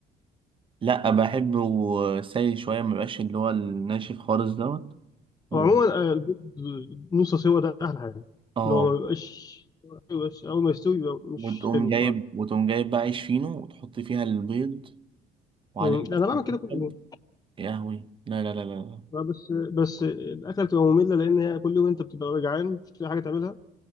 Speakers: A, on the right; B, on the left.
A: لا بحبه سايل شوية مبقاش اللي هو الناشف خالص دوت
B: <laughs>
A: و...
B: وعموما آه، البيض نص سوا ده احلى حاجه
A: اه
B: اللي هو ما بيبقاش بس اول ما يستوي يبقى مش
A: وتقوم
B: حلو
A: جايب
B: بصراحه
A: وتقوم جايب بقى عيش فينو وتحط فيها البيض وعليها
B: أمم،
A: بقى
B: انا بعمل
A: شوية
B: كده كل
A: كاتشب.
B: يوم
A: يا هوي لا لا لا لا لا.
B: آه، بس بس الاكله بتبقى ممله لان هي كل يوم انت بتبقى جعان مش لاقي حاجه تعملها